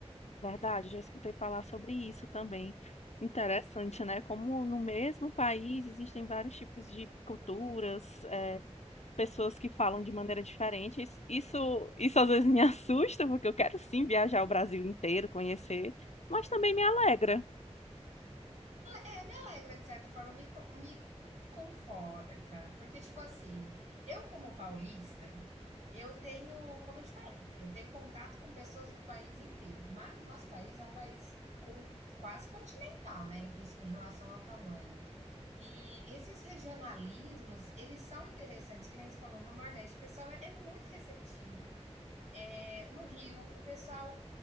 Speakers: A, on the left; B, on the right.
A: Verdade, já escutei falar sobre isso também. Interessante, né? Como no mesmo país existem vários tipos de culturas, eh, pessoas que falam de maneira diferente. Isso, isso, isso às vezes me <laughs> assusta, porque eu quero sim viajar o Brasil inteiro, conhecer, mas também me alegra.
B: É, me alegra, de certa forma, me, co- me conforta. Porque, tipo assim, eu, como paulista, eu tenho, como eu te falei, eu tenho contato com pessoas do país inteiro. Mas o nosso país é um país con- quase continental, né? Em, que- assim, em relação ao tamanho. E esses regionalismos, eles são interessantes, que nem você falou, no Nordeste, o pessoal é, é muito receptivo. É, no Rio, o pessoal